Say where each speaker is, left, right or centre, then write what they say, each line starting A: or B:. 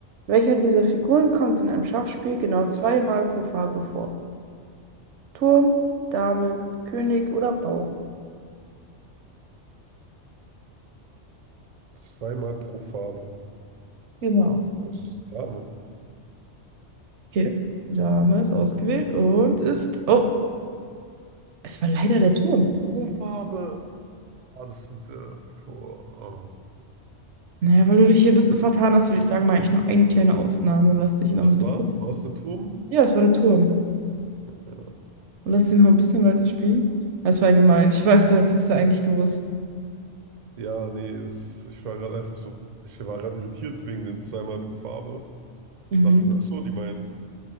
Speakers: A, on the right (about 75°); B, on the right (about 55°).
A: Welcher dieser Figuren kommt in einem Schachspiel genau zweimal pro Farbe vor? Turm, Dame, König oder Bauer.
B: Zweimal pro Farbe.
A: Genau.
B: Das ist eine Dame.
A: Okay. Dame ist ausgewählt und ist. Oh, es war leider der Turm.
B: Pro Farbe. Ah, das sind äh, Tor. ah.
A: Naja, weil du dich hier ein bisschen vertan hast, würde ich sagen, mache ich noch eine kleine Ausnahme und lass dich noch
B: Was
A: ein bisschen.
B: war's? War's der Turm?
A: Ja, es war der Turm.
B: Ja.
A: Und lass dich noch ein bisschen weiterspielen. Das war gemein. Ich weiß, du hättest es ja eigentlich gewusst.
B: Ja, nee, es, ich war gerade einfach so, ich war gerade irritiert wegen den zweimal pro Farbe.
A: Mhm.
B: Dann dachte ich mir, ach so, die meinen